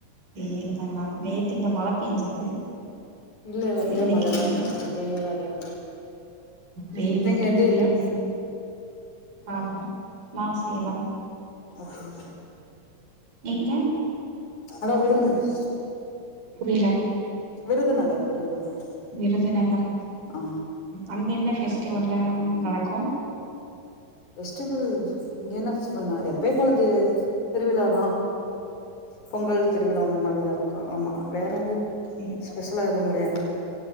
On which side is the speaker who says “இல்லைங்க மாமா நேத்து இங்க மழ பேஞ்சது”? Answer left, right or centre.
Right